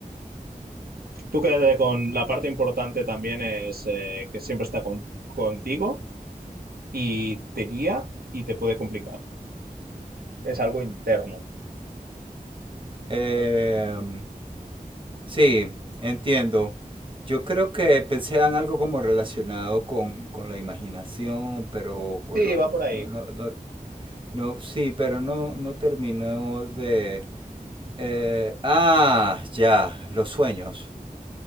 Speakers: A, on the right; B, on the right.
A: Tú quédate con la parte importante también es eh, que siempre está con- contigo y te guía y te puede complicar. Es algo interno.
B: eh, Sí, entiendo. Yo creo que pensé en algo como relacionado con, con la imaginación, pero con
A: Sí,
B: los...
A: va por ahí.
B: No, no, no, no, sí, pero no, no terminó de... eh, ah, ya, los sueños,